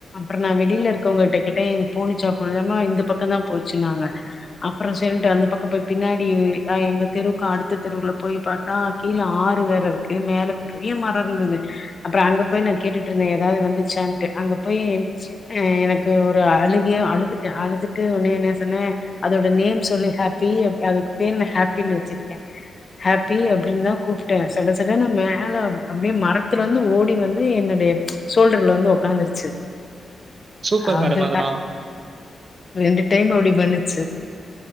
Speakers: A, on the left; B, on the right.
A: அப்றோ நா வெளில ருக்கவ்ங்ட்ட கேட்டே இது போனிச்சா போ அம்மா இந்த பக்கம் தா போச்சுனாங்க அப்றோ சேரின்ட்டு அந்த பக்க போய் பின்னாடி எங் ஆ எங்க தெருவுக் அடுத்த தெருவுல போய் பாத்தா கீழ ஆறு வேறருக்கு மே மேல பெரிய மரோ இர்ந்துது அப்றோ அங்க போய் நா கேட்டுட்டு ருந்தே எதாது வந்துச்சான்ட்டு அங்க போயி ஆ எனக்கு ஒரு அழுகயா அழுதுட்ட அழுதுட்டு ஒன்னே என்ன சொன்னே அதோட நேம் சொல்லி ஹாப்பி அதுக்கு பேரு நா ஹாப்பின் வச்சிருக்கே ஹாப்பி அப்டின்னதா கூப்ட்டே சடசடன்னு மேல அப்டியே மரத்துலந்து ஓடி வந்து என்ன எ சோல்டர்ல வந்து ஒக்காந்துருச்சு
B: சூப்பர்
A: அது
B: மேடம் அதெல்லாம்.
A: ரெண்டு டைம் அப்டி பண்ணுச்சு